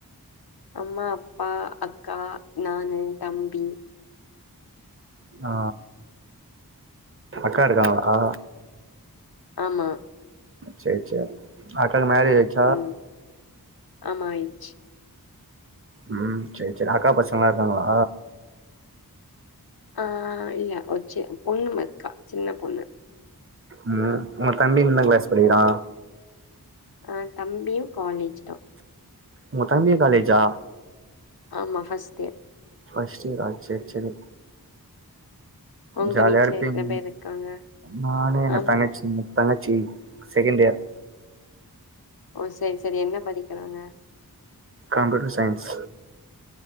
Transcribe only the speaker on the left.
அம்மா அப்பா அக்கா நானு தம்பி
ஆமா
ம் ஆமா ஆயிச்சு
ஆ இல்ல ஒரு சி பொண்ணு இருக்கா சின்ன பொண்ணு
அ தம்பியு காலேஜ் தா
ஆமா ஃபர்ஸ்ட் இயர்
உங்க
வீட்ல
எத்தன பேர் இருக்காங்க
ஆமா
ஓ சரி சரி என்ன படிக்கிறாங்க